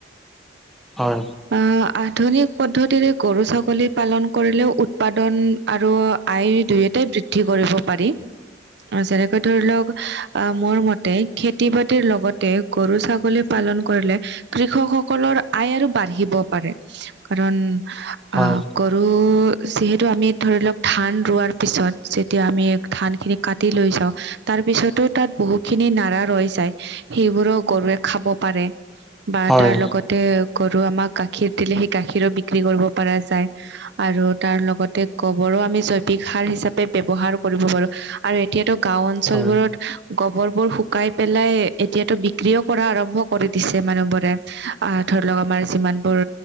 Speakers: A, in the centre; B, on the right (about 65°).
A: হয়।
B: আ আহ্। আধুনিক পদ্ধতিৰে গৰু-ছাগলী পালন কৰিলেও উৎপাদন আৰু আয় দুয়োটাই বৃদ্ধ ধি কৰিব পাৰি। আৰু যেনেকৈ ধৰি লওক আ আ আ। আহ মোৰ মতে খেতি-বাতিৰ লগতে গৰু ছাগলী পালন কৰিলে আ আ। কৃষকসকলৰ আয় আৰু বাঢ়িব পাৰে। ই ই স কাৰণ
A: হয়
B: আ আ আ আহ প ৰু অহ। যিহেতু আমি ধৰি লওক ধান ৰোৱাৰ পিছত যেতিয়া আমি ধান খিনি কাটি লৈ যাওঁ আহ্ আহ্। তাৰ পিছতো তাত বহুত খিনি নাৰা ৰৈ যায়। হে এ এ সেইবোৰো গৰুৱে খাব পাৰে। বা
A: হয়
B: তাৰ লগতে গৰু আমাক গাখীৰ দিলে সেই গাখীৰো বিক্ৰী কৰিব পাৰা যায় আহ্ আহ্। আৰু তাৰ লগতে গোবৰো আমি জৈৱিক সাৰ হিচাপে ব্যৱহাৰ কৰিব পাৰো আ আ আ। আৰু এতিয়াতো গাওঁ অঞ্চলবোৰত
A: হয়
B: হা আ। গোবৰবোৰ শুকাই পেলাই এতিয়াতো বিক্ৰীও কৰা আৰম্ভ কৰি দিছে মানুহবোৰ। দে ই ই আহ্ আ ধৰিলওক আমাৰ যিমানবোৰ